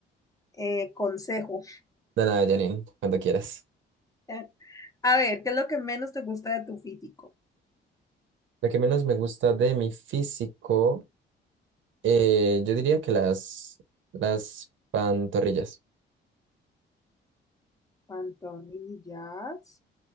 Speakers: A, on the left; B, on the right.
A: eh, consejo.
B: De nada, Janine, cuando quieras.
A: Eh, A ver, ¿qué es lo que menos te gusta de tu físico?
B: Lo que menos me gusta de mi físico, eh, yo diría que las, las pantorrillas.
A: Pantorrillas.